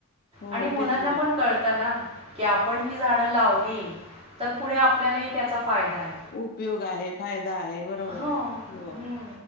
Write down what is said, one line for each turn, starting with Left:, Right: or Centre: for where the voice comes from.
Left: हो
Right: आणि मुलांना
Left: तेच ना
Right: पण कळतं ना. की आपण ही झाडं लावली तर, पुढे आपल्यालाही त्याचा फायदा आहे.
Left: उपयोग आहे फायदा आहे बरोबर
Right: हो, हम्म.
Left: आहे हो